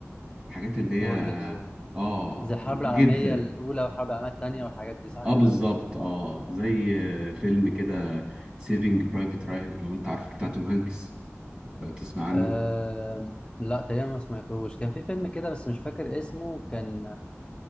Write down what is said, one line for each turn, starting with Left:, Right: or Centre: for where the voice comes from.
Right: الحاجات اللي هي
Left: وورلد وور
Right: اه
Left: زي الحرب العالميه
Right: جدا
Left: الاولى والحرب العالميه الثانيه والحاجات دي صح
Right: اه
Left: كده
Right: بالظبط اه زي فيلم كده سيفينج برايفت رايان لو انت عارفه بتاع توم هانكس لو تسمع عنه
Left: أه... لا تقريبا ما سمعتهوش كان في فيلم كده بس مش فاكر اسمه كان